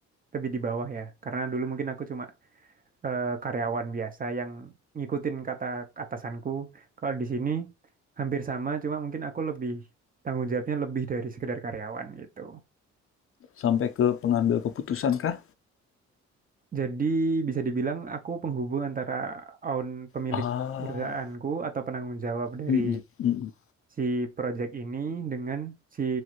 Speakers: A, on the right (about 30°); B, on the left (about 45°).
A: lebih di bawah ya karena dulu mungkin aku cuma eh, karyawan biasa yang ngikutin kata atasanku. Kalau di sini hampir sama, cuma mungkin aku lebih tanggung jawabnya lebih dari sekedar karyawan gitu.
B: Sampai ke pengambil keputusan kah?
A: Jadi bisa dibilang aku penghubung antara own pemilik
B: Ah,
A: perusahaanku atau penanggung jawab dari
B: mhm mhm.
A: si project ini dengan si